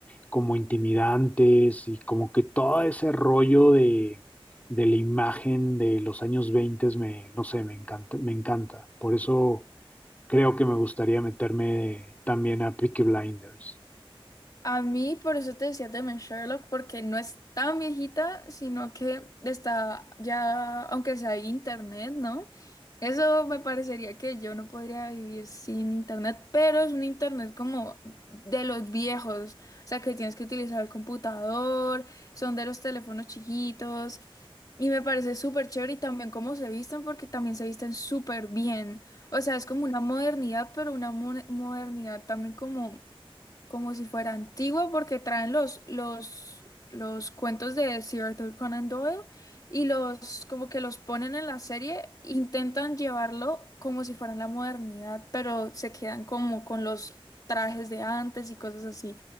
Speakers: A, on the left; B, on the left.
A: como intimidantes y como que todo ese rollo de, de la imagen de los años 20 me, no sé, me encanta, me encanta. Por eso creo que me gustaría meterme también a Peaky Blinders.
B: A mí, por eso te decía también Sherlock, porque no es tan viejita, sino que está ya, aunque sea internet, ¿no? Eso me parecería que yo no podría vivir sin internet, pero es un internet como de los viejos, o sea, que tienes que utilizar el computador, son de los teléfonos chiquitos, y me parece súper chévere y también cómo se visten, porque también se visten súper bien. O sea, es como una modernidad, pero una mo- modernidad también como como si fuera antigua porque traen los, los, los cuentos de Sir Arthur Conan Doyle y los como que los ponen en la serie, intentan llevarlo como si fuera en la modernidad, pero se quedan como con los trajes de antes y cosas así.